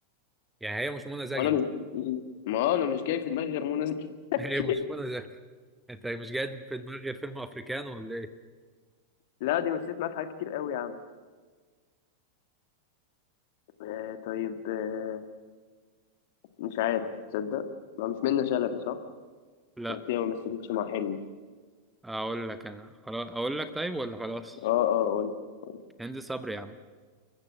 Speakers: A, in the centre; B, on the left.
A: يعني هي مش منى زكي
B: وانا مش ما هو انا مش جاي في دماغي غير منى زكي
A: <laughs>
B: <laughs>
A: هي مش منى زكي انت مش جاي في دماغك غير فيلم افريكانو ولا ايه
B: لا دي مثلت معاه في حاجات كتير قوي يا عم آه طيب آه مش عارف تصدق ما مش منة شلبي صح؟ أنت
A: لا
B: قلت لي ما مثلتش مع حلمي
A: اقول لك انا خلاص اقول لك طيب ولا خلاص
B: اه اه قلت قلت
A: هند صبري يا عم